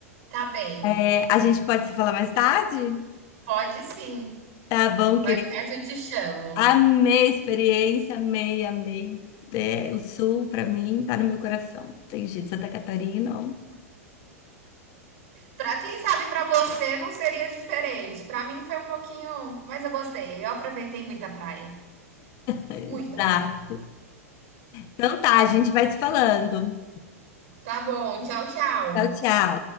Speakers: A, on the right; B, on the left.
A: tá bem.
B: É, a gente pode se falar mais tarde?
A: Pode sim.
B: Tá bom,
A: Mais
B: querida.
A: tarde eu te chamo.
B: Amei a experiência, amei, amei. É, o sul, para mim, tá no meu coração. Tem jeito, Santa Catarina. ó.
A: Pra quem sabe, pra você não seria diferente. Pra mim foi um pouquinho, mas eu gostei. Eu aproveitei muita praia.
B: É,
A: Muita
B: exato.
A: praia.
B: Então tá, a gente vai se falando.
A: Tá bom, tchau, tchau.
B: Tchau, tchau.